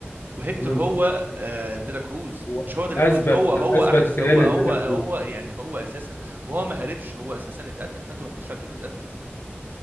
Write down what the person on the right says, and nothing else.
وهيكتور
هو آه، ديلا كروز
مش هو ديلا
كروز هو هو احس
هو هو
هو يعني هو اساسا وهو ما هربش هو اساسا اتقتل فانتوا ما كنتوش عارفين انه اتقتل